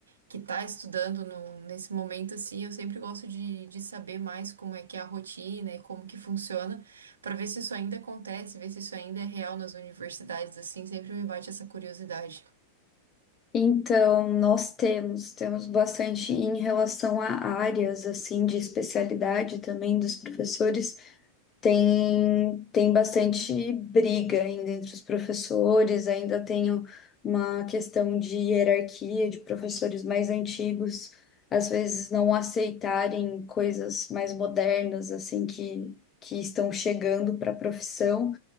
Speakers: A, on the right; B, on the left.
A: que está estudando no- nesse momento, assim, eu sempre gosto de, de saber mais como é que é a rotina e como que funciona, para ver se isso ainda acontece, ver se isso ainda é real nas universidades, assim, sempre me bate essa curiosidade.
B: Então, nós temos, temos bastante em relação a áreas assim de especialidade também dos professores. Tem, tem bastante briga ainda entre os professores, ainda tem o- uma questão de hierarquia de professores mais antigos, às vezes não aceitarem coisas mais modernas assim que, que estão chegando para a profissão.